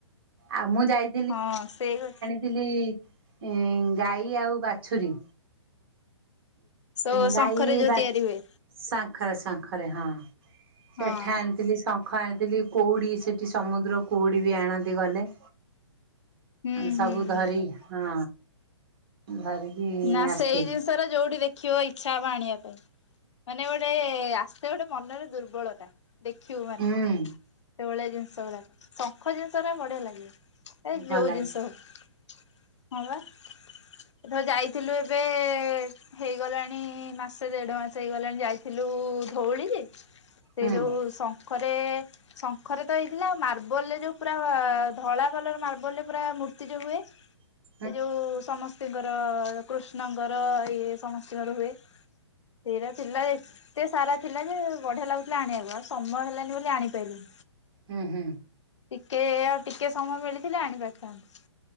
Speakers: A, on the right; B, on the left.
A: ଆଉ ମୁଁ ଯାଇ
B: ହଁ ସେଇ ଗୋ
A: ଥିଲି ଗାଈ ଆଉ ବାଛୁରୀ
B: ସୋ
A: ଗାଈ
B: ଶଙ୍ଖରେ ଯୋଉ
A: ବା
B: ତିଆରି ହୁଏ
A: ଶଙ୍ଖରେ ଶଙ୍ଖରେ ହଁ ସେ
B: ହଁ
A: ଠାଣ ଶଙ୍ଖ ଖ ଆଣିଥିଲି କଉଡ଼ି ସେଇଠି ସମୁଦ୍ର କଉଡ଼ି ବି ଆଣନ୍ତି ଗଲେ
B: ହୁଁ
A: ସବୁ
B: ହୁଁ
A: ଧରି
B: ହୁଁ
A: ହଁ ଧରିକି
B: ନା
A: ଆସିଥିଲି।
B: ସେଇ ଜିନିଷ ର ଯୋଉଠି ଦେଖିବ ଇଚ୍ଛା ହବ ଆଣିବା ପାଇଁ। ମାନେ ଗୋଟେ ଆସ୍ତେ ଗୋଟେ ମନରେ ଦୁର୍ବଳତା। ଦେଖିବୁ ମାନେ
A: ହୁଁ
B: ସେଭଳିଆ ଜିନିଷ ଗୁଡାକ ଶଙ୍ଖ ଜିନିଷ ଟା ବଢିଆ ଲାଗିବ ଏ
A: ଭଲ
B: ଯୋଉ
A: ଲାଗେ
B: ଜିନିଷ ହବ ହଁ ବା ଏ ଯାଇ ଥିଲୁ ଏବେ ହେଇଗଲାଣି ମାସେ ଦେଢ ମାସ ହେଇଗଲାଣି ଯାଇଥିଲୁ ଧଉଳି ଯେ ସେ
A: ହୁଁ
B: ଯେଉଁ ଶଙ୍ଖରେ ଶଙ୍ଖରେ ତ ଏଇଥିଲା ମାର୍ବଲ ରେ ଯୋଉ ପୁରା ଧଳା କଲର ମାର୍ବଲ ରେ ପୁରା ମୂର୍ତ୍ତି ଯୋଉ ହୁଏ
A: <inaudible>
B: ଏ ଯୋଉ ସମସ୍ତିଙ୍କର କୃଷ୍ଣଙ୍କର ଇ ସମସ୍ତିଙ୍କର ହୁଏ ସେର ଥିଲା ଦେ ଏତେ ସାରା ଥିଲା ଯେ ବଢିଆ ଲାଗୁଥିଲା ଆଣିବାକୁ ଆଉ ସମୟ ହେଲାନି ବୋଲି ଆଣିପାଇଲି
A: ହୁଁ ହୁଁ
B: ଟିକେ ଆଉ ଟିକେ ସମୟ ମିଳିଥିଲେ ଆଣପାରଥାନ୍ତି।